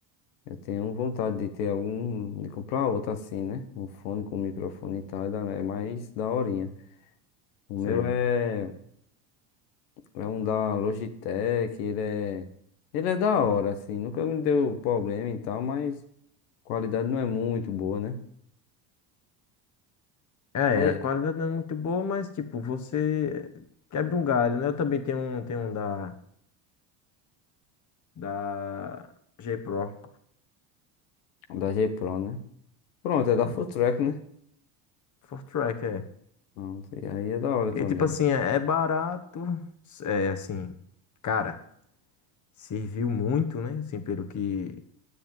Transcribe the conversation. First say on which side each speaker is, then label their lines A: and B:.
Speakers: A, on the left; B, on the left.
A: Eu tenho vontade de ter algum, de comprar outro assim, né? Um fone com microfone e tal, é da- é mais daorinha. O
B: Sei.
A: meu é, é um da Logitech, ele é, ele é da hora, assim, nunca me deu problema e tal, mas a qualidade não é muito boa, né?
B: É,
A: É
B: a qualidade não é muito boa, mas tipo, você quebra um galho, né? Eu também tenho um, tenho um da, da G Pro.
A: da G Pro, né? Pronto, é da
B: né?
A: Fulltrack, né?
B: Four track, é.
A: Pronto, e aí é da hora
B: E
A: também.
B: tipo assim, é é barato, é assim, cara, serviu muito, né? Assim, pelo que,